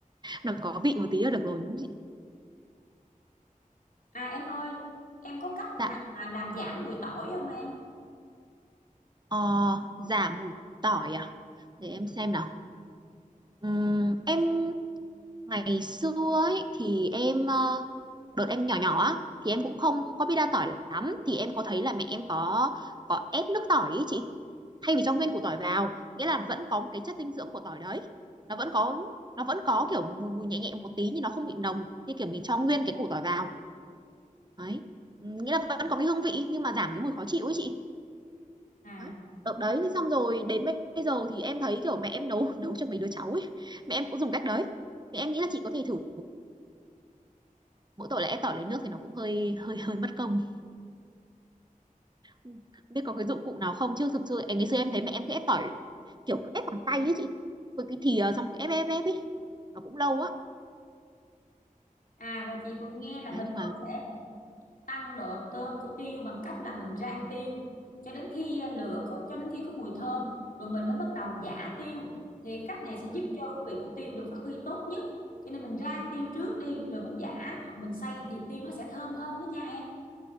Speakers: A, on the right (about 30°); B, on the left (about 80°).
A: nó có vị một tí là được rồi đúng không chị
B: à em ơi em có cách nào
A: dạ
B: mà làm giảm mùi tỏi không em
A: ờ, giảm mùi tỏi à để em xem nào Ừm, em ngày xưa ấy thì em ờ, đợt em nhỏ nhỏ á thì em cũng không có biết ăn tỏi lắm thì em có thấy là mẹ em có có ép nước tỏi ý chị thay vì cho nguyên củ tỏi vào nghĩa là vẫn có cái chất dinh dưỡng của tỏi đấy nó vẫn có nó vẫn có kiểu mùi mùi nhẹ nhẹ một tí nhưng nó không bị nồng như kiểu mình cho nguyên cái củ tỏi vào đấy Ừ, nghĩa là vẫn có cái hương vị nhưng mà giảm cái mùi khó chịu ấy chị
B: à
A: đấy đấy xong rồi đến bây bây giờ thì em thấy kiểu mẹ em nấu <laughs> nấu cho mấy đứa cháu ấy mẹ em cũng dùng cách đấy thì em nghĩ là chị có thể thử mỗi tội là ép tỏi lấy nước thì nó cũng hơi hơi hơi mất công Ừ. biết có cái dụng cụ nào không chứ thực sự em ngày xưa em thấy mẹ em cứ ép tỏi kiểu cứ ép bằng tay ấy chị với cái thìa xong ép ép ép ấy nó cũng lâu á
B: à rồi chị còn nghe là
A: đấy
B: mình
A: nhưng mà
B: có thể tăng độ thơm của tiêu bằng cách là mình rang tiêu cho đến khi à, lửa có cho đến khi có mùi thơm rồi mình mới bắt đầu giã tiêu thì cách này sẽ
A: ừ.
B: giúp cho hương vị của tiêu được phát huy tốt nhất cho nên mình rang tiêu trước đi rồi mình giã hoặc mình xay thì tiêu nó sẽ thơm hơn đó nha em